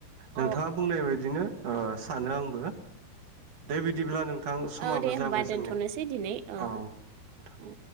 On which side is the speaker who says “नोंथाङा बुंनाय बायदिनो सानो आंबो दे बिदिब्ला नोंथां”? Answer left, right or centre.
Right